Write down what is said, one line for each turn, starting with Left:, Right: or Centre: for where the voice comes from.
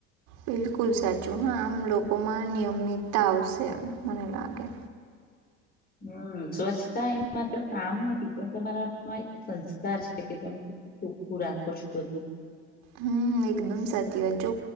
Right: બિલકુલ સાચું. હા, આમ લોકોમાં નિયમિતતા આવશે મને લાગે.
Left: હમ, સ્વચ્છતા એ માત્ર કામ નથી પણ તમારા આપમાં એક સંસ્કાર છેકે તમે ચોખ્ખું રાખો છો બધું.
Right: હમ, એકદમ સાચી વાત જો